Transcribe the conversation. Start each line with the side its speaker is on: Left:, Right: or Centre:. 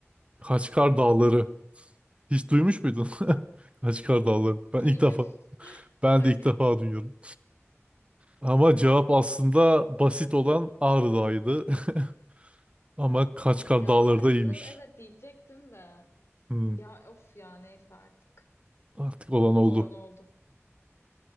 Right: Kaçkar Dağları. Hiç duymuş muydun? <laughs> Kaçkar Dağları. Ben
Left: Hayır.
Right: ilk defa. Ben
Left: <laughs>
Right: de ilk
Left: Hayır.
Right: defa duyuyorum. Ama cevap aslında basit olan Ağrı Dağı'ydı. <laughs> Ama Kaçkar
Left: Ya
Right: Dağları
Left: Ağrı
Right: da iyiymiş.
Left: Dağı evet diyecektim de.
Right: Hmm.
Left: Ya of ya neyse artık.
Right: Artık olan oldu.
Left: Olan oldu.